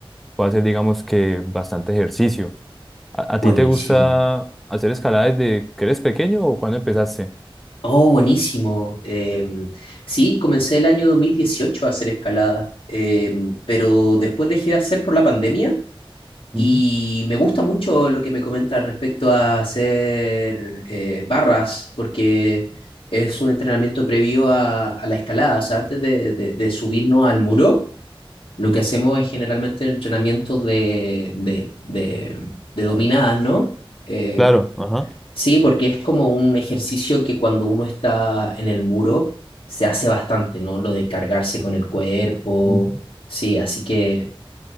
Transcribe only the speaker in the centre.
puedo hacer digamos que bastante ejercicio. ¿A, a
ti te gusta hacer escalada desde que eres pequeño o cuando empezaste?
Ujú,
Claro, ajá.
Ujú.